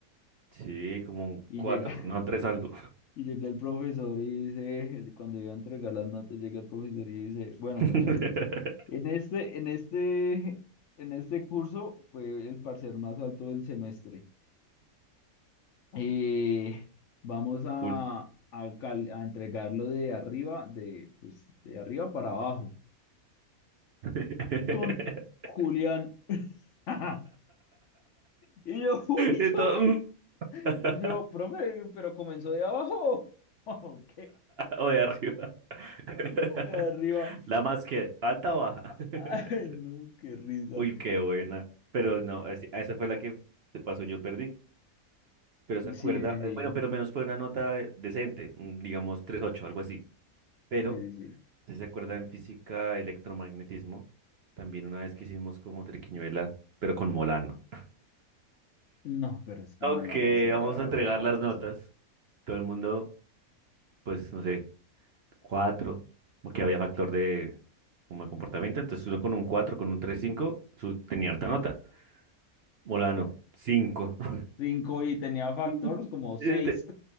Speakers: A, on the right; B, on the left.
A: Sí, como un
B: Y
A: cuatro,
B: llega,
A: no, tres algo.
B: <laughs> y llega el profesor y dice, cuando iba a entregar las notas, llega el profesor y dice, bueno,
A: <laughs>
B: muchachos, en este, en este, en este curso fue el parcial más alto del semestre. Eh, vamos a,
A: Full.
B: a, cal- a entregarlo de arriba, de, pues, de arriba para abajo.
A: <laughs>
B: Don Julián. <laughs> Y yo, <laughs> uy,
A: Y
B: Jonas.
A: todo, mm. <laughs>
B: Y yo, profe, pero comenzó de abajo. <laughs> ¿O qué?
A: O de arriba. <laughs>
B: ¿O de arriba?
A: La más que, ¿alta o baja? <laughs>
B: Ay, no, qué risa.
A: Uy, qué buena. Pero no, es- esa fue la que de paso yo perdí. Pero se acuerda,
B: Sí, sí, sí.
A: eh, bueno, pero menos fue una nota eh, decente, mm, digamos tres punto ocho algo así. Pero
B: Sí, sí, sí.
A: Si se acuerda en física, electromagnetismo, también una vez que hicimos como triquiñuela, pero con Molano.
B: No, pero es que
A: Ok,
B: Mulano sí era
A: vamos a entregar
B: otra
A: las
B: cosa.
A: notas. Todo el mundo, pues, no sé, cuatro, porque había factor de como de comportamiento. Entonces uno con un cuatro, con un tres, cinco, su, tenía harta nota. Molano, cinco. <laughs>
B: Cinco y tenía factores
A: <laughs>
B: como seis.
A: Este-